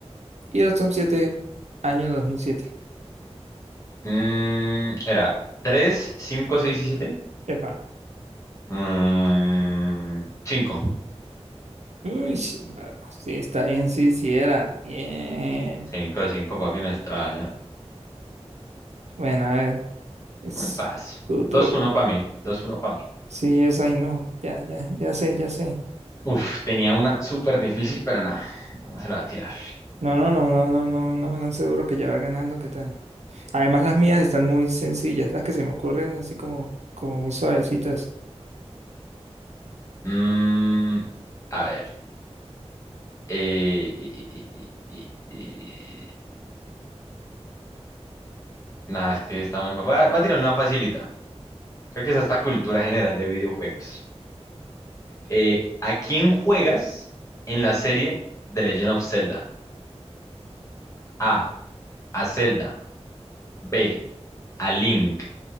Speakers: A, on the right (about 90°); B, on the left (about 25°).
A: Y opción 7, año 2007.
B: Mm, era tres cinco 6 y siete
A: Epa.
B: Mm, cinco
A: Uy, sí, va, sí, está bien, sí, sí era. Bien.
B: cinco 5, papi, me extraña.
A: Bueno, a ver, es
B: Muy fácil.
A: tu
B: 2-1
A: turno.
B: para mí. 2-1 para mí.
A: Sí, es ahí, no. Ya, ya, ya sé, ya sé.
B: Uf, tenía una súper difícil, pero nada. No se la va a tirar.
A: No, no, no, no, no, no, no me dan seguro que ya va ganando, ¿qué tal? Además, las mías están muy sencillas, las que se me ocurren así como, como muy suavecitas.
B: Mm, a ver. eh, eh, eh, eh, eh, eh, Nada, es que está muy fácil. Va, va a tirar una facilita. Creo que es hasta cultura general de videojuegos. Eh, ¿a quién juegas en la serie The Legend of Zelda? A. A Zelda. B. A Link.